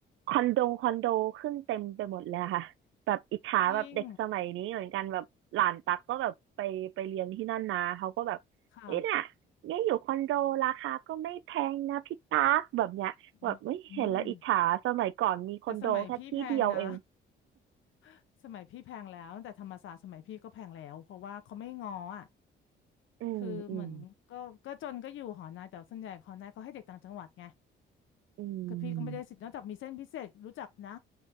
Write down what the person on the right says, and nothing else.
คอนโดคอนโดขึ้นเต็มไปหมดเลยอะค่ะแบบอิจฉาแบบเด็กสมัยนี้เหมือนกันแบบหลานตักก็แบบไปไปเรียนที่นั่นนะเขาก็แบบเอ้ยน่ะเนี่ยอยู่คอนโดราคาก็ไม่แพงนะพี่ตักแบบเนี้ยแบบไม่เห็นแล้วอิจฉาสมัยก่อนมีคอนโดแค่ที่เดียวเอง
อืมอืม
อื
ม